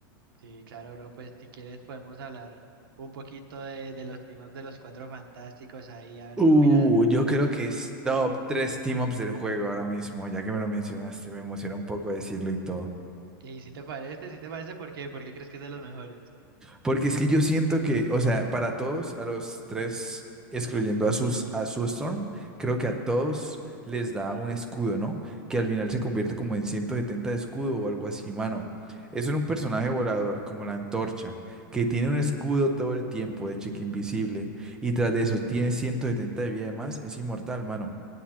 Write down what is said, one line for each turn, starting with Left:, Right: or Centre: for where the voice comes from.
Right: Sí, claro, bro, pues si quieres podemos hablar un poquito de, de los temas de los cuatro fantásticos ahí, a ver
Centre: Uh,
Right: qué opinas.
Centre: yo creo que es top 3 team-ups del juego ahora mismo, ya que me lo mencionaste, me emociona un poco decirlo y todo.
Right: Y si te parece, si te parece, ¿por qué? ¿Por qué crees que es de los mejores?
Centre: Porque es que yo siento que, o sea, para todos, a los tres, excluyendo a sus, a su Storm, creo que a todos les da un escudo, ¿no? Que al final se convierte como en 170 de escudo o algo así, mano. Eso en un personaje volador, como la antorcha, que tiene un escudo todo el tiempo de cheque invisible, y tras de eso tiene 170 de vida de más, es inmortal, mano.